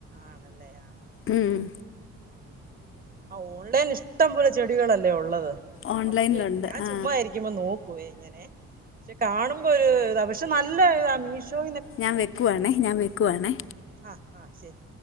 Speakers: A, on the right (about 30°); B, on the left (about 45°).
A: ആണല്ലേ ആഹ് ആഹ്
B: ഉം ഉം
A: ഉം, ആ ഓൺലൈൻല് ഇഷ്ടം പോലെ ചെടികളല്ലേ ഉള്ളത്?
B: ഓൺലൈനിലുണ്ട്
A: നമ്മക്ക് ഞാൻ
B: ആ
A: ചുമ്മാ ആയി രിക്കുമ്പോ നോക്കുവേ ഇങ്ങനെ. പക്ഷെ കാണുമ്പോ ഒര് പക്ഷെ നല്ല ഇതാ മീഷോ
B: ഞാൻ വെക്കുവാണേ ഞാൻ വെക്കുവാണ്.
A: ആഹ് ആഹ് ശരി.